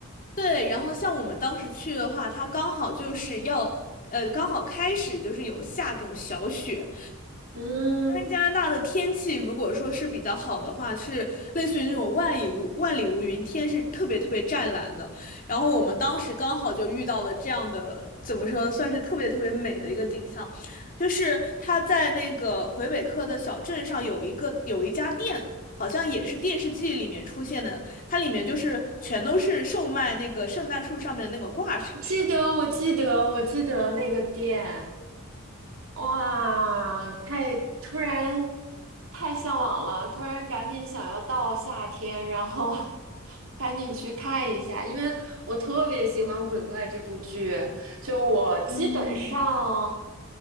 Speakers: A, on the left; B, on the right.
A: 对，然后像我们当时去的话，它刚好就是要，呃，刚好开始就是有下这种小雪，
B: 嗯，
A: 加拿大的天气如果说是比较好的话，是类似于那种万里无万里无云，天是特别特别湛蓝的。然后我们当时刚好就遇到了这样的，怎么说，算是特别特别美的一个景象，就是它在那个魁北克的小镇上有一个有一家店。好像也是电视剧里面出现的，它里面就是全都是售卖那个圣诞树上面的那个挂饰的那个。
B: 记得，我记得，我记得那个店。哇，太突然，太向往了，突然赶紧想要到夏天，然后 <laughs> 赶紧去看一下，因为我特别喜欢《鬼怪》这部剧，就我基本上
A: 嗯，